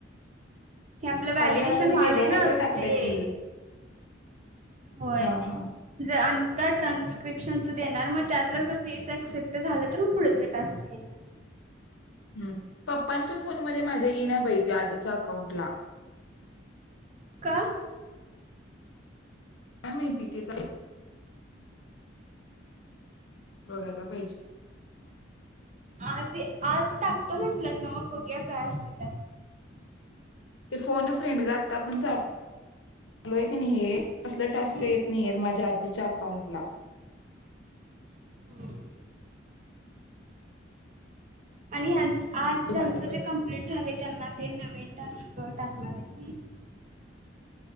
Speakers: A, on the right; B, on the left.
A: हे आपलं व्हॅलिडेशन
B: खाली आज आणि
A: व्हाल
B: वेगळं
A: आहे
B: काहीतरी
A: ना -अजून
B: टाकलं
A: ते
B: की
A: होय
B: हा हा
A: ज तर ट्रान्स्क्रिप्शन देणार मग त्यात जर फीस अँसेप्ट झालं तर मग पुढे टास्क येणार,
B: ह् पप्पांच्या फोन मध्ये माझ्या ईना बाई ते आधीचा अकाउंटला-
A: का?
B: काय माहिती? ते तर, <unintelligible> बघायला पाहिजे,
A: आज, आज टाकतो म्हटलत ना म भग्या काय असतील त्यात <unintelligible>
B: ते फोन अ फ्रेंड ग आता आपण चालू, - चालोय का नाही हे, असलं टास्क
A: हम्म.
B: येत नाहीयेत माझ्या आधीच्या अकाउंटला,
A: हम <unintelligible> आणि ह- <unintelligible> आज
B: बघायला
A: ज्यांचं जे
B: पाहिजे
A: कम्प्लीट झालय त्यांना ते नवीन टास्क घ टाकणारार आहे, नाही, <unintelligible>